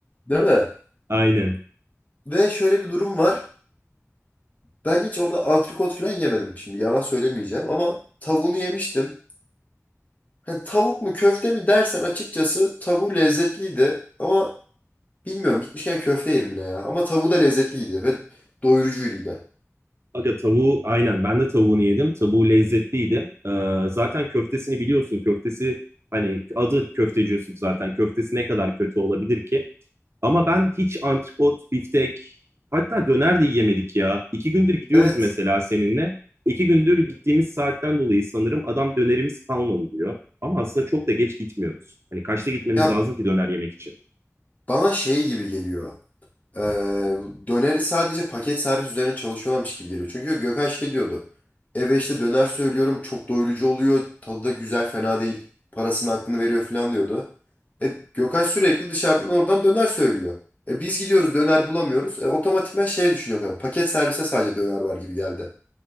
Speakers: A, on the left; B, on the right.
A: değil mi?
B: Aynen.
A: Ve şöyle bir durum var. Ben hiç orada antrikot falan yemedim şimdi. Yalan söylemeyeceğim ama tavuğunu yemiştim. Ha, tavuk mu köfte mi dersen açıkçası tavuğu lezzetliydi. Ama bilmiyorum gitmişken köfte yerim yine ya. Ama tavuğu da lezzetliydi ve doyurucuydu yine.
B: Aga tavuğu aynen ben de tavuğunu yedim. Tavuğu lezzetliydi. Ee, zaten köftesini biliyorsun. Köftesi hani adı köfteci Yusuf zaten. Köftesi ne kadar kötü olabilir ki? Ama ben hiç antrikot, biftek hatta döner de yiyemedik ya. İki gündür gidiyoruz
A: Evet.
B: mesela seninle. İki gündür gittiğimiz saatten dolayı sanırım adam dönerimiz kalmadı diyor. Ama aslında çok da geç gitmiyoruz. Hani kaçta gitmemiz
A: Ya
B: lazım ki döner yemek için?
A: bana şey gibi geliyor. Ee, bu döneri sadece paket servis üzerine çalışıyorlarmış gibi geliyor. Çünkü Gökhan şey diyordu. Eve işte döner söylüyorum çok doyurucu oluyor. Tadı da güzel fena değil. Parasının hakkını veriyor falan diyordu. E, Gökhan sürekli dışarıdan oradan döner söylüyor. E, biz gidiyoruz döner bulamıyoruz. E, otomatikman şey düşünüyor. Gökhan, Paket servise sadece döner var gibi geldi.